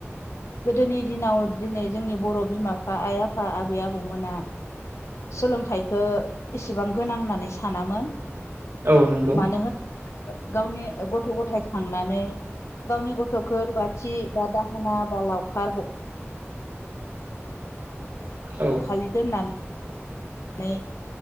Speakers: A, on the left; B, on the right.
A: गोदोनि दिनाव दिनै जोंनि बर' बिमा बिफा आइ आफा आबै आबौमोना सोलोंथाइखो एसेबां गोनां होननानै सानामोन
B: औ नंगौ
A: मानो होन गावनि गथ' गथाय खांनानै गावनि गथ' थोखोर बाथि बा दाहोना बा लावखार ब
B: औ
A: फालिदों होननानै <unintelligible>